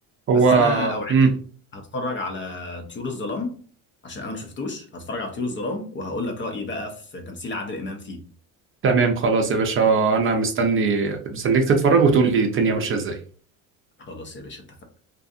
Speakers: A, on the right; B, on the left.
A: هو
B: بس انا اوعدك
A: مم.
B: هتفرج على طيور الظلام عشان انا ما شفتوش هتفرج على طيور الظلام وهقول لك رايي بقى في تمثيل عادل امام فيه
A: تمام خلاص يا باشا أنا مستني مستنيك تتفرج وتقول لي الدنيا ماشية إزاي
B: خلاص يا باشا اتفقنا